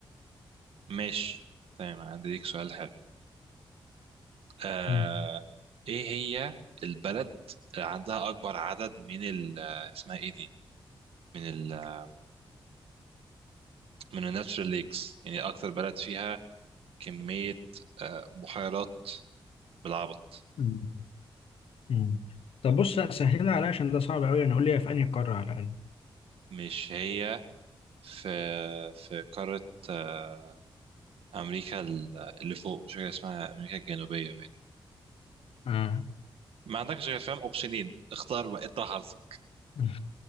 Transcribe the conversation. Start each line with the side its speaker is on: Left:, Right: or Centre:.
Right: ماشي تمام عندي ليك سؤال حلو آه
Left: مم.
Right: ايه هي البلد اللي عندها اكبر عدد من ال آه، اسمها ايه دي من ال آه، من الناتشرال ليكس يعني اكتر بلد فيها كمية آه بحيرات بالعبط
Left: مم. مم. طب بص سهلها عليا عشان ده صعب أوي يعني قول لي في أنهي قارة على الأقل
Right: مش هي في في قارة آه امريكا ال- آه، اللي فوق مش فاكر اسمها امريكا الجنوبية باين
Left: آه.
Right: ما عندكش غير فاهم اوبشنين اختار بقى انت حظك
Left: <laughs> مم.